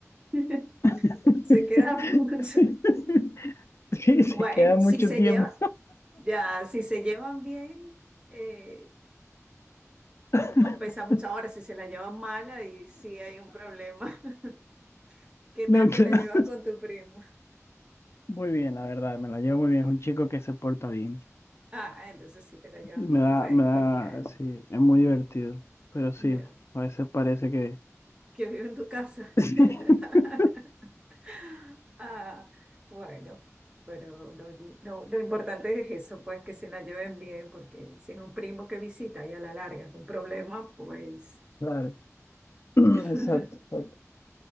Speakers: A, on the right; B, on the left.
A: <laughs>
B: <laughs>
A: Se queda mucho.
B: Sí, se
A: Bueno,
B: queda mucho
A: si se
B: tiempo.
A: lleva, ya, si se llevan bien, eh, no
B: <laughs>
A: pesa mucho. Ahora, si se la llevan mala, y sí hay un problema. <laughs> ¿Qué
B: No,
A: tal
B: claro.
A: te la llevas con tu primo?
B: Muy bien, la verdad, me la llevo muy bien. Es un chico que se porta bien.
A: Ah, entonces sí te la llevas
B: Y me
A: bien,
B: da,
A: pues
B: me da,
A: genial.
B: sí, es muy divertido. Pero sí,
A: No,
B: a veces parece que...
A: Que vive en tu casa.
B: <laughs>
A: <laughs>
B: Sí,
A: Ah, bueno, pero lo, lo- lo importante es eso, pues que se la lleven bien, porque si es un primo que visita y a la larga es un problema, pues
B: Claro, <clears throat>
A: <laughs>
B: exacto, exacto.